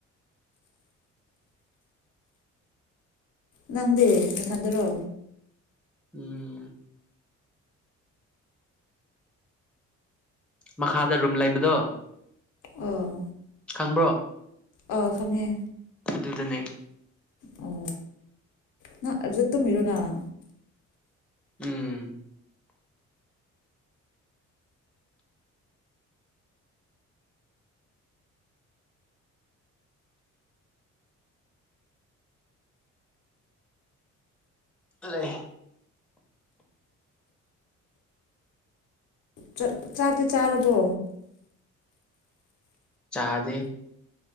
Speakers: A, on the left; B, in the centre.
A: ꯅꯪꯗꯤ ꯃꯊꯟꯗꯔꯣ
B: ꯎꯝ ꯃꯈꯥꯗ ꯔꯨꯝ ꯂꯩꯕꯗꯣ
A: ꯑꯧ
B: ꯈꯪꯕ꯭ꯔꯣ
A: ꯑꯣ ꯈꯪꯉꯦ
B: ꯑꯗꯨꯗꯅꯦ
A: ꯑꯣ ꯅꯪ ꯑꯗꯨꯗ ꯇꯨꯝꯃꯤꯔꯣ ꯅꯪ
B: ꯎꯝ ꯂꯩ
A: ꯆꯛ ꯆꯥꯛꯇꯤ ꯆꯥꯔꯕꯣ
B: ꯆꯥꯗꯦ